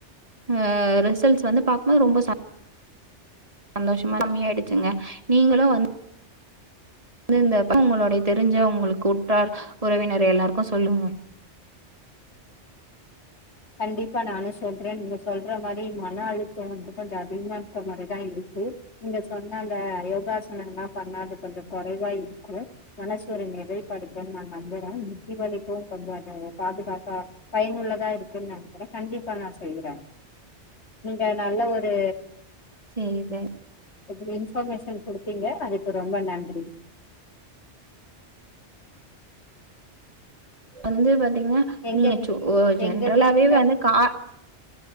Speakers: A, on the right (about 30°); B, on the left (about 70°).
A: ஆ ரிசல்ட்ஸ் வந்து பாக்கும்போது ரொம்ப ச சந்தோஷமா கம்மியாயிடுச்சுங்க நீங்களு வந்து வ ருந்தப்ப உங்களுடைய தெரிஞ்ச உங்களுக்கு உற்றார் உறவினர் எல்லாருக்கு சொல்லுங்க
B: கண்டிப்பா நானு சொல்றே நீங்க சொல்ற மாரி மன அழுத்த வந்து கொஞ்சோ அதிகமாருக்க மாரிதா இருக்கு நீங்க சொன்ன அந்த யோகாசனம் லா பண்ணா அ கொஞ்சோ கொறைவா இருக்கு மனசு ஒரு நிலைப்படுத்துன்னு நா நம்புறே முட்டி வலிக்கு கொஞ்சோ ம் பாதுகாப்பா பயனுள்ளதா இருக் நம்புற கண்டிப்பா நா செய்யுற நீங்க நல்ல ஒரு
A: செரி ஜ
B: எப்படின் இன்ஃபர்மேஷன் குடுத்தீங்க அது ரொம்ப நன்றி
A: வந்து வந் பாத்தின்னா
B: எங்க
A: நீங்க
B: வீ
A: ச்சு ஒ ஜென்ரலாவே
B: எங்க வீட்ல
A: வந்து கா